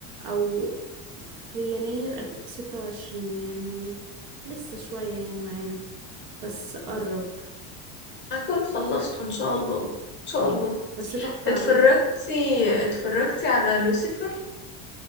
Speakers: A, on the right; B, on the left.
A: او في يناير ألف- 26 يعني لسه شويه يعني معانا بس قرب
B: اكون خلصته ان شاء الله ان شاء
A: اه
B: الله
A: بس تحفه
B: اتفرجتي
A: عامه
B: اتفرجتي على لوسيفر